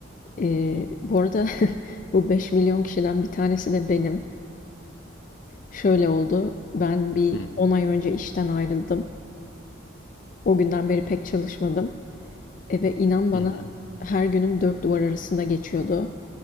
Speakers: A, on the left; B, on the left.
A: Ee, bu arada <laughs> bu 5 milyon kişiden bir tanesi de benim. Şöyle oldu. Ben bir
B: Hı
A: 10 ay önce işten ayrıldım. O günden beri pek çalışmadım. E, ve inan bana
B: hı hı.
A: her günüm dört duvar arasında geçiyordu.